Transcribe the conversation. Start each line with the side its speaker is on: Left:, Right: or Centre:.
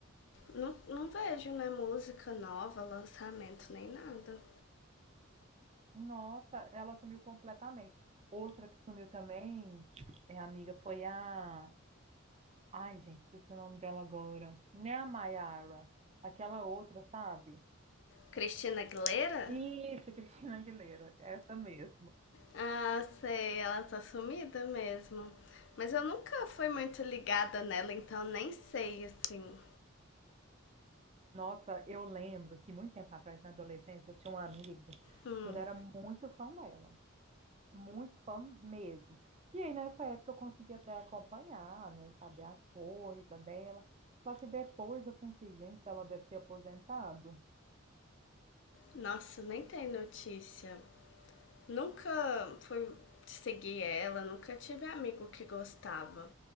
Left: Não, não vejo, né? Música nova, lançamento, nem nada.
Right: Nossa, ela sumiu completamente. Outra que sumiu também, é, amiga, foi a... Ai, gente, esqueci o nome dela agora. Né, a Mayara? Aquela outra, sabe?
Left: Cristina Aguilera?
Right: Isso, <laughs> Cristina Aguilera, essa mesmo.
Left: Ah, sei, ela tá sumida mesmo. Mas eu nunca fui muito ligada nela, então nem sei, assim.
Right: Nossa, eu lembro que muito tempo atrás, na adolescência, eu tinha um amigo
Left: Hum,
Right: que ele era muito fã dela, muito fã mesmo. E aí, nessa época, eu conseguia até acompanhar, né, saber as coisas dela. Só que depois eu pensei, gente, ela deve ter aposentado.
Left: nossa, nem tem notícia. Nunca fui seguir ela, nunca tive amigo que gostava.